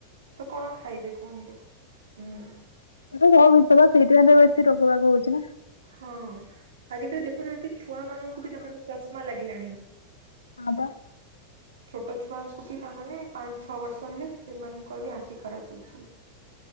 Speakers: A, on the right; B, on the left.
A: ତ କଣ ଖାଇବେ କୁହନ୍ତୁ? ହୁଁ।
B: ଏ ହ ବିଷ ବା ସେଇଥିପାଇଁ ତ ବେଶୀ ରୋଗ ବାଗ ହଉଛି ନା
A: ହଁ ଆଜିକାଲି ଦେଖୁନାହାନ୍ତି ଛୁଆ ମାନଙ୍କୁ ବି ତାମାନେ ଚଷମା ଲାଗିଲାଣି
B: ହଁବା
A: ହ <unintelligible> ଛୋଟ ଛୁଆଙ୍କୁ ବି ତା ମାନେ ପାଞ୍ଚ, ଛଅ ବର୍ଷ ହେଲେ ସେମାନଙ୍କର ବି ଆଖି ଖରାପ ହଉଛି।